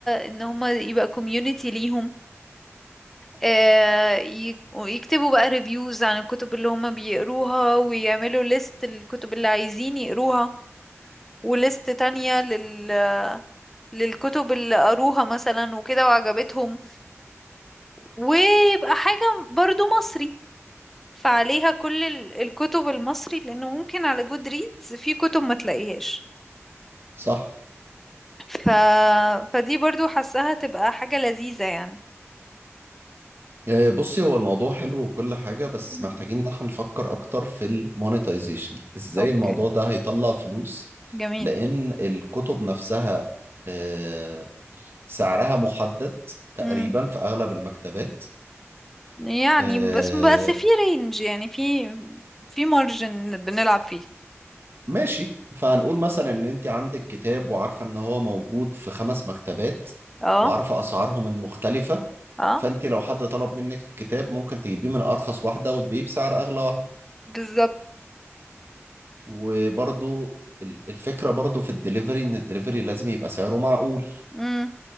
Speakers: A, in the centre; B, on the right (about 50°).
A: ان هما يبقى كوميونيتي ليهم آه، ي- ويكتبوا بقى ريفيوز عن الكتب اللي هما بيقروها ويعملوا ليست الكتب اللي عايزين يقروها وليست تانية لل للكتب اللي قروها مثلا وكده وعجبتهم ويبقى حاجة برضو مصري فعليها كل ال- الكتب المصري لأنه ممكن على جود ريدز في كتب ما تلاقيهاش
B: صح
A: ف... فدي برضو حاساها تبقى حاجة لذيذة يعني
B: آه، بصي هو الموضوع حلو وكل حاجة بس
A: مم.
B: محتاجين ان احنا نفكر اكتر في المونetization ازاي
A: اوكي
B: الموضوع ده هيطلع فلوس
A: جميل
B: لان الكتب نفسها آه، سعرها محدد تقريبا
A: مم.
B: في اغلب المكتبات
A: يعني
B: آه،
A: بس بس في رينج يعني في في مارجن بنلعب فيه
B: ماشي فهنقول مثلا ان انت عندك كتاب وعارفة ان هو موجود في خمس مكتبات
A: اه
B: وعارفة اسعارهم المختلفة
A: اه
B: فانت لو حد طلب منك الكتاب ممكن تجيبيه من ارخص واحدة وتبيعيه بسعر اغلى واحدة
A: بالظبط
B: وبرضو ال- الفكرة برضو في الدليفري ان الدليفري لازم يبقى سعره معقول
A: مم.